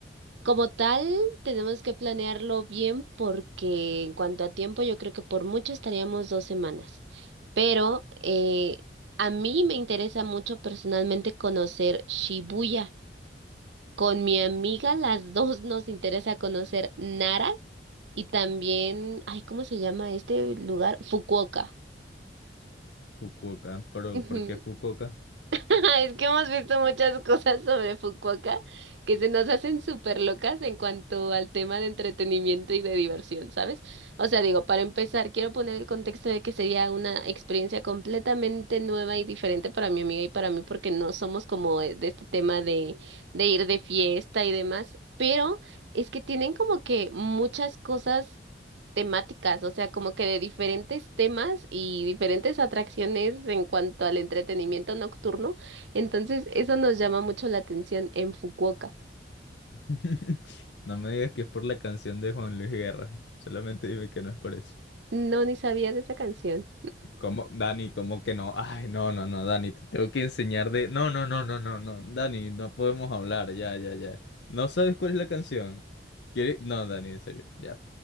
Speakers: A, on the right; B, on the left.
A: Como tal, tenemos que planearlo bien porque en cuanto a tiempo, yo creo que por mucho estaríamos dos semanas. Pero eh, a mí me interesa mucho personalmente conocer Shibuya. Con mi amiga, las dos nos interesa conocer Nara y también, ay, ¿cómo se llama este lugar? Fukuoka.
B: Fukuoka, pero
A: Ujú.
B: ¿por qué Fukuoka?
A: <laughs> Es que hemos visto muchas cosas sobre Fukuoka que se nos hacen súper locas en cuanto al tema de entretenimiento y de diversión, ¿sabes? O sea, digo, para empezar, quiero poner el contexto de que sería una experiencia completamente nueva y diferente para mi amiga y para mí, porque no somos como eh, de este tema de, de ir de fiesta y demás, pero es que tienen como que muchas cosas temáticas, o sea, como que de diferentes temas y diferentes atracciones en cuanto al entretenimiento nocturno entonces, eso nos llama mucho la atención en Fukuoka.
B: <laughs> No me digas que es por la canción de Juan Luis Guerra. Solamente dime que no es por eso.
A: No, ni sabía de esa canción.
B: ¿Cómo, Dani? ¿Cómo que no? Ay, no, no, no, Dani, te tengo que enseñar de. No, no, no, no, no, no, Dani, no podemos hablar, ya, ya, ya. ¿No sabes cuál es la canción? quiere No, Dani, en serio, ya.